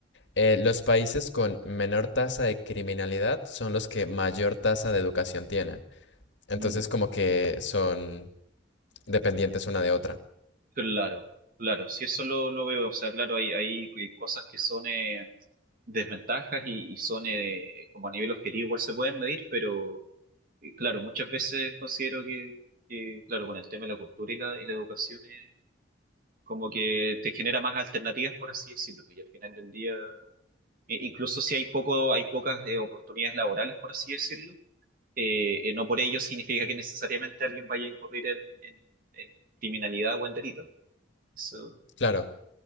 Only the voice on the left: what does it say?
eh, los países con menor tasa de criminalidad son los que mayor tasa de educación tienen. Entonces
como que son dependientes una de otra.
Claro.